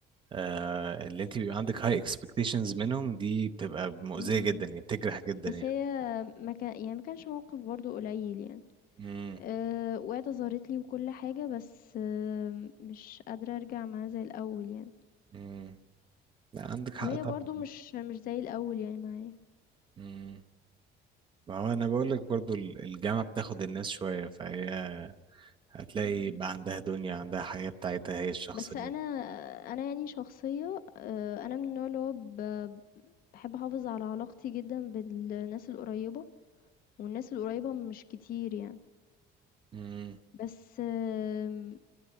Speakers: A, on the right (about 25°); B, on the left (about 50°).
A: آه، اللي انت بيبقى عندك هاي اكسبكتيشنز منهم دي بتبقى مؤذية
B: امم
A: جدا يعني بتجرح جدا
B: بس
A: يعني
B: هي ما كان يعني ما كانش موقف برضو قليل يعني
A: امم
B: أه وقعت ظهرت لي وكل حاجة بس أه مش قادرة أرجع معاها زي الأول يعني
A: امم لا عندك حق
B: وهي
A: طبعا
B: برضو مش مش زي الأول يعني معايا
A: امم ما هو انا بقول لك برضو ال- الجامعة بتاخد الناس شوية فهي هتلاقي بقى عندها دنيا عندها حياة بتاعتها هي الشخصية
B: بس انا انا يعني شخصيه آه، انا من النوع اللي هو ب- بحب احافظ على علاقتي جدا بالناس القريبه والناس القريبه مش كتير يعني
A: امم
B: بس آم،